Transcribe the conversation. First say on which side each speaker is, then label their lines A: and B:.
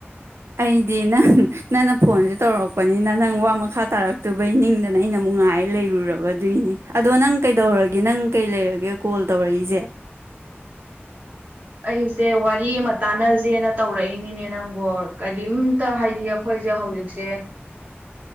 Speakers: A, on the right; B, on the right.
A: ꯑꯩꯗꯤ ꯅꯪ ꯅꯪꯅ ꯐꯣꯟꯁꯦ ꯇꯧꯔꯛꯄꯅꯤꯅ ꯅꯪ ꯋꯥ ꯃꯈꯥ ꯇꯥꯔꯛꯇꯕꯩ ꯅꯤꯡꯗꯅ ꯑꯩꯅ ꯑꯃꯨꯛ ꯉꯥꯏꯔ ꯂꯩꯔꯨꯔꯕꯗꯨꯣꯏꯅꯤ ꯑꯗꯣ ꯅꯪ ꯀꯩꯗꯧꯔꯒꯦ ꯅꯪ ꯀꯩ ꯂꯩꯔꯒꯦ ꯀꯣꯜ ꯇꯧꯔꯛꯏꯁꯦ
B: ꯑꯩꯁꯦ ꯋꯥ ꯋꯥꯔꯤꯔꯤ ꯑꯃ ꯇꯥꯟꯅꯁꯦꯅ ꯇꯧꯔꯛꯏꯅꯦ ꯅꯦ ꯅꯪꯕꯨꯣ ꯀꯔꯤꯝꯇ ꯍꯥꯏꯗꯤ ꯑꯩꯈꯣꯏꯁꯦ ꯍꯧꯖꯤꯛꯁꯦ